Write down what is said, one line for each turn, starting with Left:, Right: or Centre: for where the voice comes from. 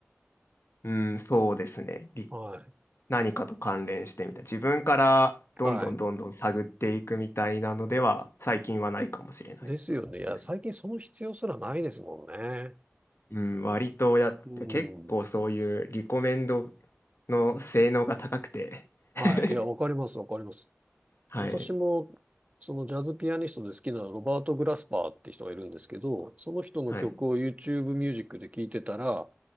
Left: <laughs> うん、そうですね。り
Right: はい。
Left: 何かと関連してみたい。自分からどんどんどんどん探っていくみたいなのでは、
Right: はい。
Left: 最近はないかもしれない
Right: ですよね。いや、
Left: ですね。
Right: 最近その必要すらないですもんね。
Left: うん、割とやっ結構そういうリコメンド
Right: うん。
Left: の性能が高くて
Right: はい。
Left: <laughs>
Right: いや、わかります、わかります。
Left: はい、
Right: 私も、そのジャズピアニストで好きなロバート・グラスパーって人がいるんですけど、その人の曲を
Left: はい、
Right: YouTube ミュージックで聴いてたら、